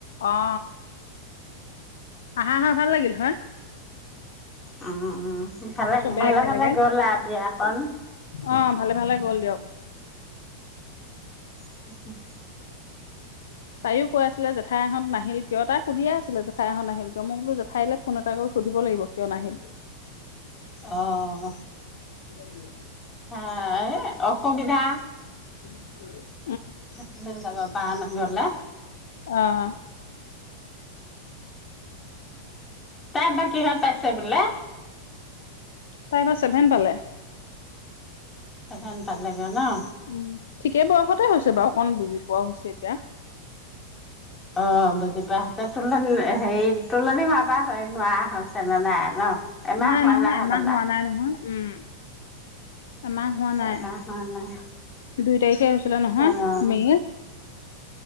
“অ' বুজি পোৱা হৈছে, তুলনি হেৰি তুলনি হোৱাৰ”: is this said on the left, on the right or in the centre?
Left